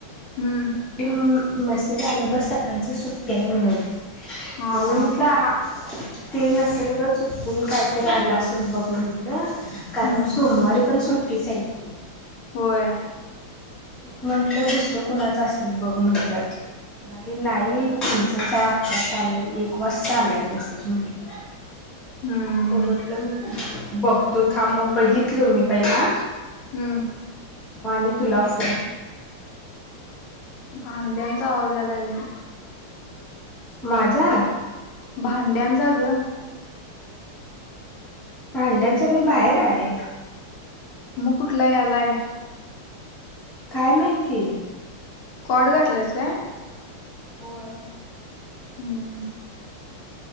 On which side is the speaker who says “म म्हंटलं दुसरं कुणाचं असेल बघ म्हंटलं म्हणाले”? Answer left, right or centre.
Centre